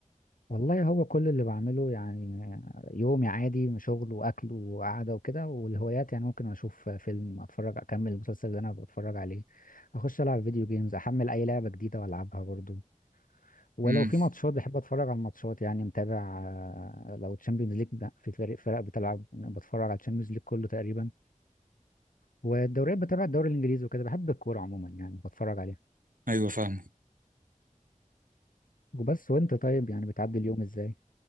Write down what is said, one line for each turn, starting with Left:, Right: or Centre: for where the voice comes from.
Left: والله هو كل اللي بعمله يعني يومي عادي شغل واكل وقعده وكده والهوايات يعني ممكن اشوف فيلم اتفرج اكمل المسلسل اللي انا بتفرج عليه اخش العب فيديو جيمز احمل اي لعبه جديده والعبها برضو ولو
Right: امم
Left: في ماتشات بحب اتفرج على الماتشات يعني متابع آه، لو تشامبيونز ليج في فريق فرق بتلعب بتفرج على تشامبيونز ليج كله تقريبا والدوريات بتابع الدوري الانجليزي وكده بحب الكوره عموما يعني بتفرج عليها
Right: ايوه فاهم
Left: وبس وانت طيب يعني بتعدي اليوم ازاي؟